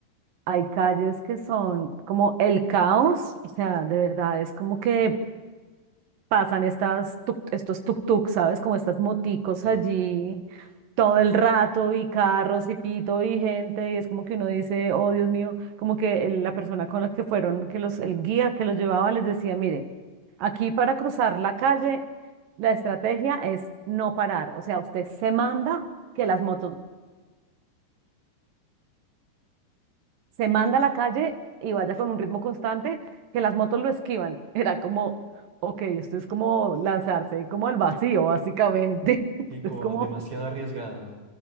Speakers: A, on the right; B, on the right.
A: hay calles que son como el caos, o sea, de verdad es como que pasan estas tuk- estos tuk-tuk, ¿sabes? Como estas moticos
B: sí,
A: allí todo el rato y carros y pito y gente y es como que uno dice, oh Dios mío, como que el- la persona con la que fueron, que los, el guía que los llevaba les decía, mire, aquí para cruzar la calle, la estrategia es no parar, o sea, usted se manda. que las motos se manda a la calle y vaya con un ritmo constante, que las motos lo esquivan. <laughs> Era como, ok, esto es como lanzarse como al vacío, básicamente. <laughs> Esto
B: sí, como
A: es como
B: demasiado arriesgada.